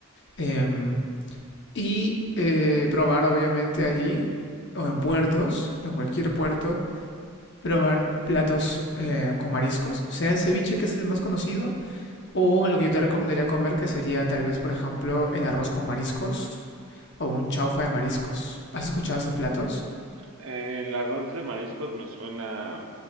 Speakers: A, on the left; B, on the right.
A: Em, y eh, probar, obviamente, allí, o en puertos, en cualquier puerto, probar platos eh, con mariscos, sea el ceviche, que es el más conocido, o lo que yo te recomendaría comer, que sería tal vez, por ejemplo, el arroz con mariscos o un chaufa de mariscos. ¿Has escuchado esos platos?
B: Eh, el arroz de mariscos me suena